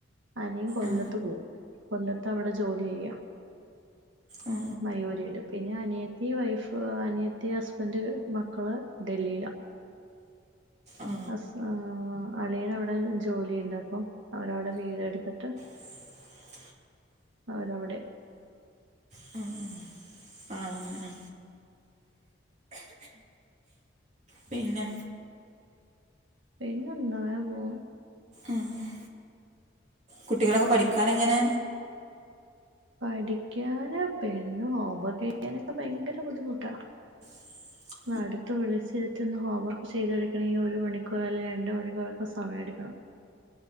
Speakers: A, on the right (about 80°); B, on the right (about 35°).
A: അനിയൻ കൊല്ലത്ത്
B: ആ
A: പോവും കൊല്ലത്ത് അവിടെ ജോലി ചെയ്യാ.
B: ആ
A: മയൂരിയില് പിന്നെ അനിയത്തി വൈഫ് അനിയത്തി ഹസ്ബൻഡ് മക്കള് ഡെല്ലിയില
B: ആ
A: ഹസ് ആഹ് ആഹ് അളിയനവിടെ ജോലിയിണ്ട് അപ്പം അവരവിടെ വീടെടുത്തിട്ട്
B: <inaudible>
A: അവരവിടെ
B: മഹ് ആഹ് പിന്നെ
A: പിന്നെന്താങ്ങനെപോണു
B: ഏഹ് കുട്ടികളൊക്കെ പഠിക്കാനെങ്ങനെ?
A: പഠിക്കാന് പെണ്ണ് ഹോംവർക്ക് ചെയ്യാനൊക്കെ ഭയങ്കര ബുദ്ധിമുട്ടാ
B: <inaudible>
A: വാ അടുത്ത് വിളിച്ചിരുത്തിഒന്ന് ഹോം വർക്ക് ചെയ്തെടുക്കണെങ്കിൽ ഒരു മണിക്കൂർ അല്ലങ്കി രണ്ട് മണിക്കൂറൊക്കെ സമയെടുക്കണം